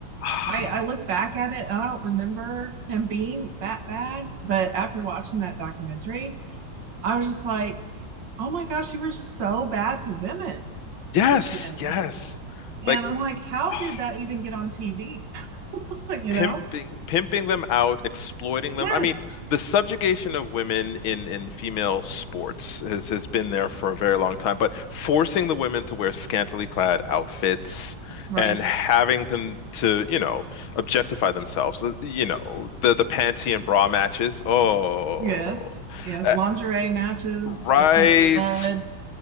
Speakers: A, on the left; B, on the right.
A: I-
B: I, I look back at it and I don't remember him being that bad, but after watching that documentary, I was just like, oh my gosh, you were so bad to women,
A: <sighs> yes,
B: even.
A: yes.
B: And
A: Like
B: I'm like, how
A: oh,
B: did that even get on TV? <laughs> you
A: pimping
B: know?
A: pimping them out, exploiting
B: Yes,
A: them. I mean, the subjugation of women in in female sports has has been there for a very long time, but forcing the women to wear scantily clad outfits
B: right.
A: and having them to, you know, objectify themselves. uh, You know, the the panty and bra matches. Oh.
B: Yes, yes,
A: Uh,
B: lingerie matches,
A: Right
B: wrestling in the mud.